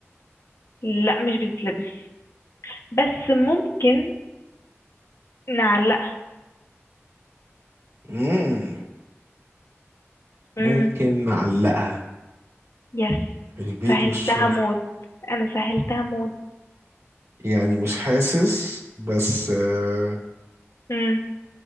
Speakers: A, on the left (about 75°); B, on the right (about 75°).
A: لا مش بتتلبس بس ممكن نعلقها
B: مم.
A: مم.
B: ممكن نعلقها
A: يس
B: في البيت
A: سهلتها
B: والشغل
A: موت انا سهلتها موت
B: يعني مش حاسس بس آه
A: مم.